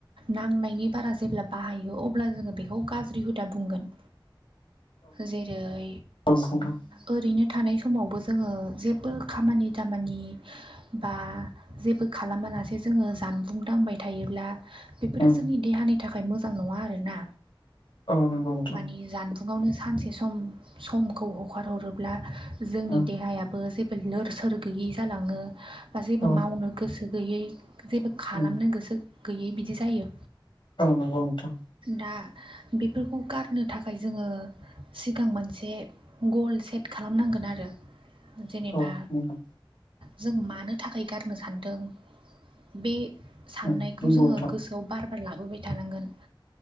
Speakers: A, on the right; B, on the left.
A: नांनायनि बारा जेब्ला बाहायो अब्ला जोङो बेखौ गाज्रि हुदा बुंगोन। जेरै
B: औ नंगौ नोंथां <unintelligible>
A: ओरैनो थानाय समावबो जोङो जेबो खामानि दामानि बा जेबो खालामालासे जोङो जानबुं दांबाय थायोब्ला बेफोरो
B: उम
A: जोंनि देहानि थाखाय मोजां नङा आरोना
B: औ नंगौ नोंथां
A: माने जानबुंआवनो सानसे सम समखौ हगारहरोब्ला जोंनि
B: उम
A: देहायाबो जे बो लोर सोर गैयै जालाङो बा जेबो
B: औ
A: मावनो गोसो गैयै जेबो खालामनो
B: उम
A: गोसो गैयै बिदि जायो
B: औ नंगौ नोंथां
A: दा बेफोरखौ गारनो थाखाय जोंङो सिगां मोनसे गल सेट खालामनांगोन आरो जेनेबा
B: औ नोंथां
A: जों मानो थाखाय गारनो सानदों बे साननायखौ
B: उम नंगौ
A: जोङो
B: नोंथां
A: गोसोआव बार बार लाबोबाय थानांगोन